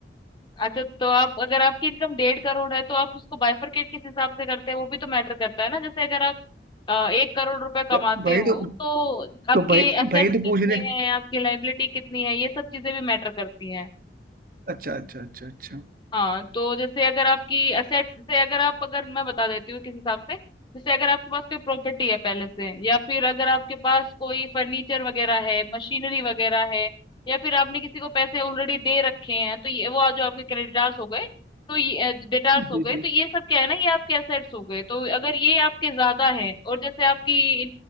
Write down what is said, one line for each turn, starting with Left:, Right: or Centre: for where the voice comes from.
Left: अच्छा तो आप अगर आपकी इनकम डेढ़ करोड़ है तो आप उसको बाइफरकेट किस हिसाब से करते हैं वो भी तो मैटर करता है ना जैसे अगर आप अ, एक करोड़ रुपए कमाते
Right: भ- भाई
Left: हो
Right: तो
Left: तो आपके
Right: तो भाई
Left: एसेट्स
Right: भाई तो पूछ
Left: कितने
Right: रहे
Left: हैं आपकी लाइबिलिटी कितनी है ये सब चीजें भी मैटर करती हैं
Right: अच्छा अच्छा अच्छा अच्छा
Left: हाँ तो जैसे अगर आपकी असेट्स से अगर आप अगर मैं बता देती हूँ किस हिसाब से जैसे अगर आपके पास कोई प्रॉपर्टी है पहले से या फिर अगर आपके पास कोई फर्नीचर वगैरह है मशीनरी वगैरह है या फिर आपने किसी को पैसे ऑलरेडी दे रखे हैं तो ये वो आज जो आपके क्रेडिटार्स हो गए तो ये डेटार्स
Right: जी
Left: हो गए
Right: जी
Left: तो ये सब क्या है ना ये आपके एसेट्स हो गए तो अगर ये आपके ज्यादा है और जैसे आपकी